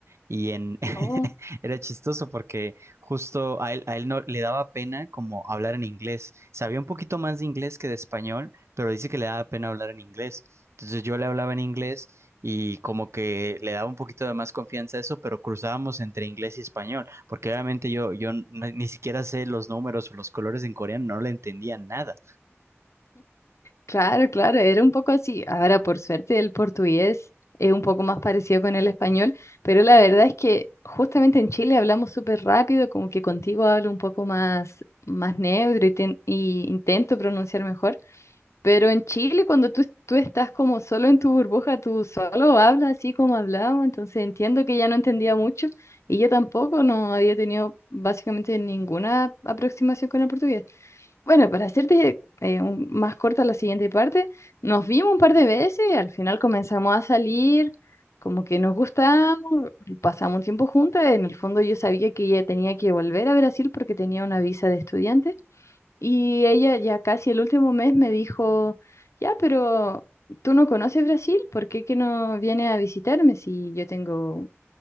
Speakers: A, on the right; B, on the left.
A: y en <laughs>
B: Oh,
A: era chistoso porque justo a él, a él no le daba pena como hablar en inglés. Sabía un poquito más de inglés que de español, pero dice que le daba pena hablar en inglés. Entonces yo le hablaba en inglés y como que le daba un poquito de más confianza a eso, pero cruzábamos entre inglés y español, porque obviamente yo, yo no- ni siquiera sé los números o los colores en coreano, no le entendía nada.
B: claro, claro, era un poco así. Ahora, por suerte, el portugués es un poco más parecido con el español, pero la verdad es que justamente en Chile hablamos súper rápido, como que contigo hablo un poco más, más neutro y, ten- y intento pronunciar mejor. Pero en Chile, cuando tú, tú estás como solo en tu burbuja, tú solo hablas así como hablamos, entonces entiendo que ya no entendía mucho y yo tampoco no había tenido básicamente ninguna aproximación con el portugués. Bueno, para hacerte eh, un- más corta la siguiente parte, nos vimos un par de veces, al final comenzamos a salir, como que nos gustamos, pasamos un tiempo juntas, en el fondo yo sabía que ella tenía que volver a Brasil porque tenía una visa de estudiante. Y ella ya casi el último mes me dijo, ya, pero tú no conoces Brasil, ¿por qué que no vienes a visitarme si yo tengo